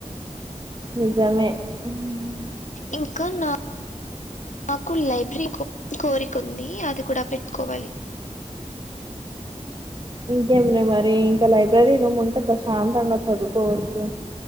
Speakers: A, on the right; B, on the left.
A: నిజమే మ్మ్.
B: ఇంకా నా నాకు లైబ్రరీ కొ కోరికుంది అది కూడా పెట్టుకోవాలి
A: ఇంకేమిలే మరి ఇంకా లైబ్రరీ ను ఉంటే ప్రశాంతంగా చదువుకోవచ్చు